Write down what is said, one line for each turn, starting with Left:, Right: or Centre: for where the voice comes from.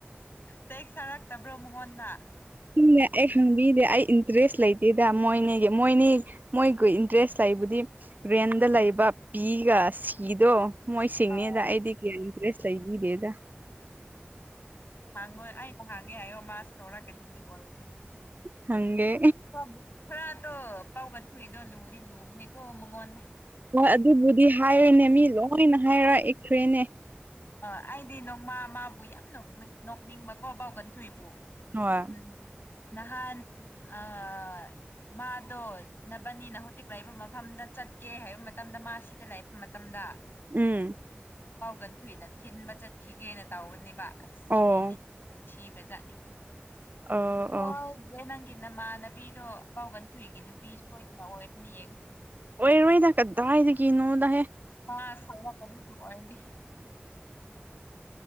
Left: ꯇꯦꯛ ꯊꯥꯔꯛꯇꯕ꯭ꯔꯣ ꯃꯉꯣꯟꯗ
Right: ꯁꯨꯝꯅꯦ ꯑꯩ ꯈꯪꯕꯤꯗꯦ ꯑꯩ ꯏꯟꯇꯔꯦꯁ ꯂꯩꯇꯦꯗ ꯃꯣꯏꯅꯤꯒꯤ ꯃꯣꯏꯅꯤ ꯃꯣꯏꯒ ꯏꯟꯇꯔꯦꯁ ꯂꯩꯕꯨꯗꯤ ꯔꯦꯟꯗ ꯂꯩꯕ ꯄꯤꯒ ꯁꯤꯗꯣ ꯃꯣꯏ ꯁꯤꯡꯅꯤꯗ
Left: ꯑꯥ
Right: ꯑꯩꯗꯤ ꯀꯌꯥ ꯏꯟꯇꯔꯦꯁ ꯂꯩꯕꯤꯗꯦꯗ
Left: ꯐꯪꯉꯣꯏ ꯑꯩꯅ ꯍꯥꯡꯉꯦ ꯍꯥꯏꯌꯣ ꯃꯥ ꯍꯧꯔꯛꯀꯅꯤ ꯑꯗꯨ ꯑꯣꯢꯔꯗꯤ
Right: ꯈꯪꯒꯦ
Left: ꯈꯔꯇꯣ ꯄꯥꯎꯒꯠ ꯊꯨꯏꯗꯣ ꯂꯨꯗꯤ ꯂꯨꯕꯅꯦꯀꯣ ꯃꯉꯣꯟꯗ
Right: ꯍꯣꯏ ꯑꯗꯨꯕꯨꯗꯤ ꯍꯥꯏꯔꯅꯦ ꯃꯤ ꯂꯣꯏꯅ ꯍꯥꯏꯔꯛꯈ꯭ꯔꯦꯅꯦ
Left: ꯑꯥ ꯑꯩꯗꯤ ꯅꯣꯡꯃ ꯃꯥꯕꯨ ꯌꯥꯝ ꯅꯣꯛꯅꯤꯡꯕꯀꯣ ꯕꯥꯎꯒꯟꯊꯨꯏꯕꯨ
Right: ꯍꯣꯏ
Left: ꯎꯝ ꯅꯍꯥꯟ ꯑꯥ ꯃꯥꯗꯣ ꯅꯕꯅꯤꯅ ꯍꯧꯖꯤꯛ ꯂꯩꯕ ꯃꯐꯝꯗ ꯆꯠꯀꯦ ꯍꯥꯏꯕ ꯃꯇꯝꯗ ꯃꯥ ꯁꯤꯗ ꯂꯩꯕ ꯃꯇꯝꯗ
Right: ꯎꯝ
Left: ꯄꯥꯎꯒꯟꯊꯨꯏꯅ ꯊꯤꯟꯕ ꯆꯠꯈꯤꯒꯦꯅ ꯇꯧꯕꯅꯦꯕ ꯑꯁ
Right: ꯑꯣ
Left: ꯃꯤꯗꯤ <unintelligible> ꯊꯤꯈ꯭ꯔꯖꯠꯅꯤꯀꯣ
Right: ꯑ
Left: ꯍꯣꯏ
Right: ꯑꯣ
Left: <unintelligible> ꯅꯪꯒꯤ ꯅꯃꯥꯟꯅꯕꯤꯗꯣ ꯑꯥꯄꯎ ꯒꯟꯊꯨꯏꯒꯤ ꯅꯨꯄꯤ ꯁꯣꯏꯗꯅ ꯑꯣꯏꯒꯅꯤ ꯌꯦꯡ
Right: ꯑꯣꯏꯔꯣꯏꯗ ꯀꯗꯥꯏꯗꯒꯤ ꯅꯣꯗꯍꯦ
Left: ꯄꯥꯁ ꯁꯡꯂꯛꯇꯕꯤꯒꯤ ꯑꯣꯏꯔꯅꯤ